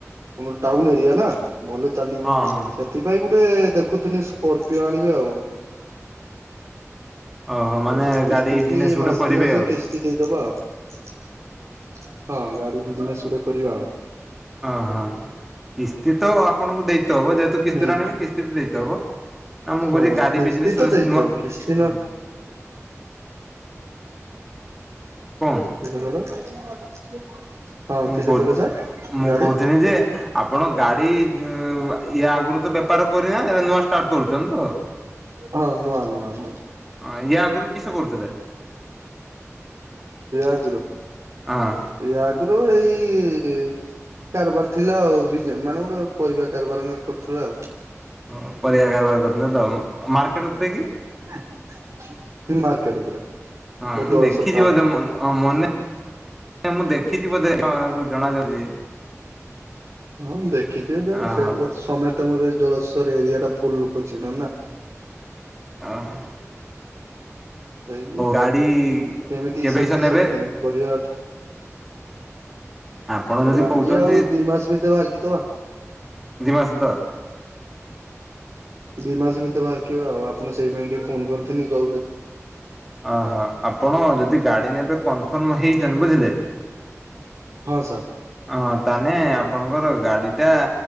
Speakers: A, on the right; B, in the centre.
A: ଆମର ଟାଉନ ଏରିଆ ନା ଭଲ ଚାଲିବ।
B: ହଁ ହଁ
A: ସେଥିପାଇଁ ଗୋଟେ ଦେଖୁଥିଲି ସ୍ପର୍ଚିଓ ଆଣିବି ଆଉ।
B: ଓହୋ ମାନେ
A: ଏ କିସ୍ତି
B: ଗାଡି
A: କି
B: ବିଜନେସ ଗୋଟେ
A: ମାସ୍କି
B: କରିବେ
A: ମାସ
B: ଆଉ
A: କିସ୍ ତି ଦେଇଦବା। ହଁ, ଗାଡି ବିଜ୍ ନେସ୍ ଗୁଟେ କରିବା ଆଉ।
B: ଅହ କିସ୍ତି ତ ଆପଣଙ୍କୁ ଦେଇତେ ହବ। ଯେହେତୁ କିସ୍ତିରେ
A: ହୁଁ
B: ଆଣିବେ କିସ୍ତି ତ ଦେଇତେ ହବ। ଆ ମୁଁ
A: ହଁ
B: କହୁଛି ଗାଡି
A: କିସ୍ତି
B: ବିଜନେସ୍
A: ତ
B: ନ
A: ଦେଇଥାଉ
B: ହୁଁ।
A: କିସ୍ତି ନ
B: କନ୍
A: କିସ କହିଲ? ହଁ
B: ମୁଁ
A: କିସ
B: କହୁ,
A: କହିଲେ ସାର୍
B: ମୁଁ
A: ଗାଡି
B: କହୁଥିନି ଯେ ଆପଣ ଗାଡ଼ି-ଇ ୟା ଆଗରୁ ତ ବେପାର କରିନା, ଏ ନୂଆ ଷ୍ଟାର୍ଟ କରୁଛନ୍ତି ତ।
A: ହଁ ନୂଆ ନୂଆ ନୂଆଁ।
B: ହଁ, ୟା ଆଗରୁ କିସ କରୁଥିଲେ?
A: ୟା, ଆଗରୁ
B: ହଁ।
A: ୟା ଆଗୁରୁ ଏଇ କାରବାର ଥିଲା ଆଉ। ବିଜ୍ ମାନେ ଗୁଟେ ପରିବା କାରବାର କରୁଥିଲେ ଆଉ।
B: ହ ପରିବା କାରବାର କରୁଥିଲେ ତ, ମାର୍କେଟ ଉପରେ କି?
A: ହୁଁ ମାର୍କେଟ ଉପରେ।
B: ହଁ,
A: ପୁରା
B: ମୁଁ
A: ଜଳେଶ୍ୱର
B: ଦେଖିଛି
A: ଟାଉନ
B: ବୋଧେ
A: ଉପରେ।
B: ମନ ହଁ, ମନେ ମୁଁ ଦେଖିଛି ବୋଧେ! କ ଜଣା ଯାଉଛି।
A: ହଁ, ଦେଖିଥିବେ ଯେଆରେ
B: ଓହୋ
A: ସେର୍ ସମେତେ ମତେ ଜଳେଶ୍ଵର ଏରିଆ ଟା ଫୁଲ୍ ଲୋକ ଚି଼ହ୍ନ ନା।
B: ଆ, ହଁ।
A: ରହିକି
B: ଗାଡି
A: କେମିତି
B: କେବେ
A: ସାର୍ କିସ
B: ନେବେ?
A: କିଣି ପରିବା
B: ଆପଣ ଯଦି
A: ଗାଡି
B: କହୁଛନ୍ତି
A: ଆଉ ଦି ମାସ ଭିତରେ ବାହାରିକି ଦବା।
B: ଦି ମାସ ତ
A: ଦି ମାସ ଭିତରେ ବାହାରିକା ଆଉ ଆପଣ ସେଇ ପାଇଁ ଟିକେ ଫୋନ୍ କରିଥିଲି ଜଲଦି।
B: ଅ ହ ଆପଣ ଯଦି ଗାଡି ନେବେ କନଫର୍ମ ହେଇଛନ୍ ବୁଝିଲେ!
A: ହଁ ସାର୍।
B: ହଁ, ତାନେ ଆପଣଙ୍କର ଗାଡି ଟା